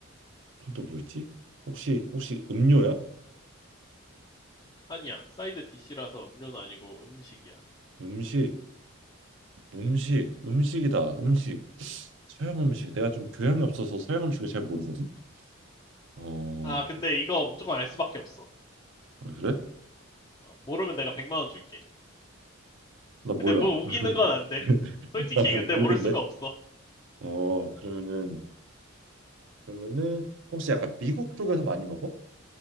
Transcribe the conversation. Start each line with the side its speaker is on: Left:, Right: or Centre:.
Right: 그럼 또 뭐 있지? 혹시 혹시 음료야?
Left: 아니야. 사이드 디시라서 음료는 아니고 음식이야.
Right: 음식, 음식, 음식이다. 음식. <sniffs> 서양 음식. 내가 좀 교양이 없어서 서양 음식을 잘 모르거든. 어,
Left: 아, 근데 이거 무조건 알 수밖에 없어.
Right: 아, 그래?
Left: 어, 모르면 내가 100만 원 줄게.
Right: 나 몰라.
Left: 근데 뭐 우기는
Right: <laughs>
Left: 건 안 돼. 솔직히
Right: 나 모르겠네.
Left: 근데 모를 수가 없어.
Right: 어, 그러면은 그러면은 혹시 약간 미국 쪽에서 많이 먹어?